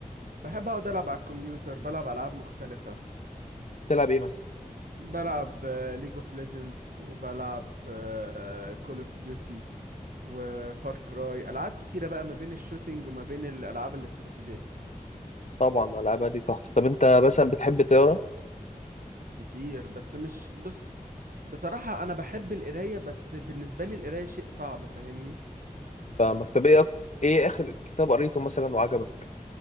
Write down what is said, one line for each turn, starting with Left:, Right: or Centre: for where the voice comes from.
Right: بحب اقعد العب على الكمبيوتر بلعب العاب مختلفة
Left: تلعب ايه مثلا
Right: بلعب ليج اوف ليجندز وبلعب كول اوف ديوتي وفار كراي العاب كتيرة بقى ما بين الشوتينج وما بين الالعاب الاستراتيجية
Left: طبعا العابها دي تحفه طب انت مثلا بتحب تقرا
Right: كتير بس مش بص بصراحة انا بحب القراية بس بالنسبة لي القراية شيء صعب فاهمني
Left: فمكتبيه اكتر ايه اخر كتاب قريته مثلا وعجبك